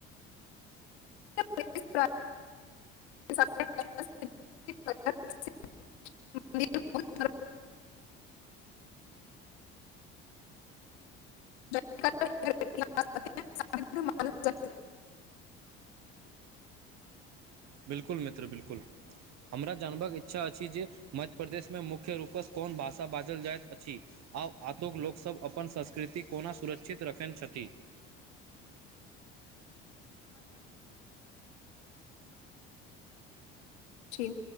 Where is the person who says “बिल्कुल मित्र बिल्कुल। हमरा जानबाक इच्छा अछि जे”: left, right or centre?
Right